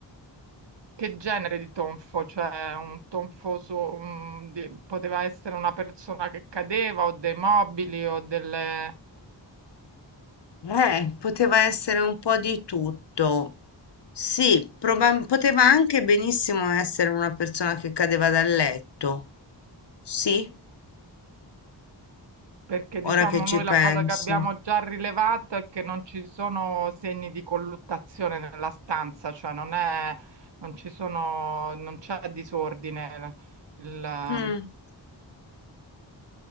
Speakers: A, on the right; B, on the left.
A: che genere di tonfo, cioè un tonfo su, un- di- poteva essere una persona che cadeva o dei mobili o delle...
B: Eh, poteva essere un po' di tutto. Sì, proba- poteva anche benissimo essere una persona che cadeva dal letto. Sì,
A: Perché
B: ora
A: diciamo
B: che ci
A: noi
B: penso.
A: la cosa che abbiamo già rilevato è che non ci sono segni di colluttazione nella stanza, cioè non è, non ci sono, non c'è disordine. Il,
B: Mm.